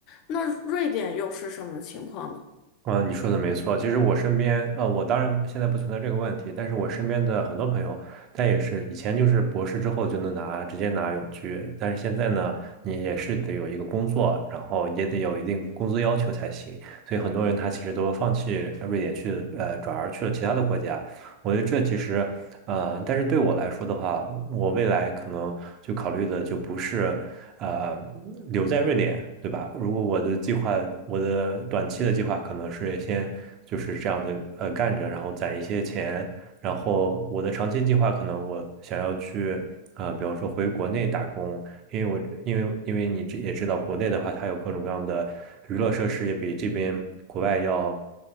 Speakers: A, on the left (about 40°); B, on the right (about 40°).
A: 那瑞典又是什么情况呢？
B: 嗯，你说的没错。其实我身边，呃，我当然现在不存在这个问题，但是我身边的很多朋友，他也是以前就是博士之后就能拿直接拿永居，但是现在呢，你也是得有一个工作，然后也得有一定工资要求才行。所以很多人他其实都放弃呃瑞典去，呃，转而去了其他的国家。我觉得这其实，呃，但是对我来说的话，我未来可能就考虑的就不是。呃留在瑞典，对吧？如果我的计划，我的短期的计划可能是先就是这样子呃干着，然后攒一些钱，然后我的长期计划可能我想要去啊、呃比方说回国内打工，因为我因为因为你这也知道国内的话，它有各种各样的娱乐设施，也比这边国外要